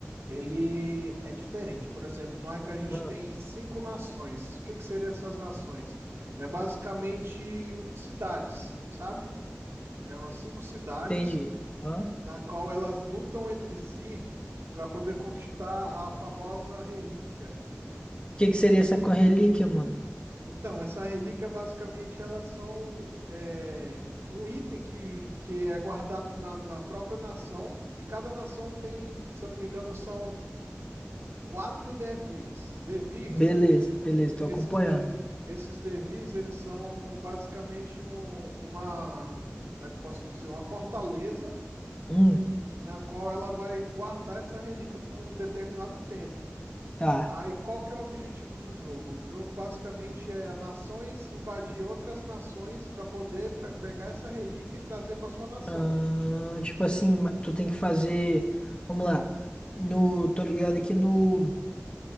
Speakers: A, on the right; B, on the left.
A: ele é diferente. Por exemplo, no AICA a gente
B: Ah,
A: tem cinco nações. O que que seriam essas nações? É basicamente cidades, sabe? É umas cinco cidades
B: entendi. O
A: na qual elas lutam entre si para poder conquistar a famosa relíquia.
B: que que seria
A: Que-
B: essa relíquia, mano?
A: Então, essa relíquia basicamente elas são é, um item que, que é guardado na, na própria nação. E cada nação tem, se eu não me engano, são quatro devirs. Devirs,
B: Beleza, beleza,
A: esses,
B: tô acompanhando.
A: devi, esses devirs, eles são basicamente um, uma, como é que eu posso dizer, uma fortaleza
B: Hum,
A: na qual ela vai guardar essa relíquia por um determinado tempo.
B: tá.
A: Aí qual que é o objetivo do jogo? O jogo basicamente é nações invadir outras nações para poder pe- pegar essa relíquia e trazer para sua nação.
B: Ah, tipo assim, tu tem que fazer. Vamos lá. No, tô ligado aqui no,